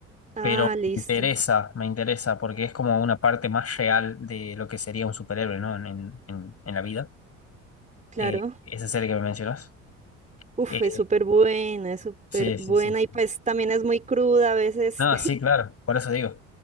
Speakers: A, on the right (about 20°); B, on the left (about 35°).
A: Ah,
B: pero
A: listo,
B: me interesa, me interesa porque es como una parte más real de lo que sería un superhéroe, ¿no? En, en, en- en la vida.
A: claro.
B: Eh, esa serie que me mencionas.
A: Uf,
B: Eh,
A: es súper buena, es súper
B: sí, sí,
A: buena
B: sí.
A: y
B: sí.
A: pues también es muy cruda, a veces
B: No, sí, claro, por eso digo.